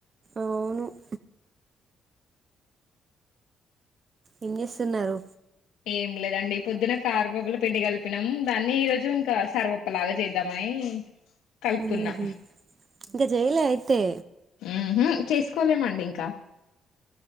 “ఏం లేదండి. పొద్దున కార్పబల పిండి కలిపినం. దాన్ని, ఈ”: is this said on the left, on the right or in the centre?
Left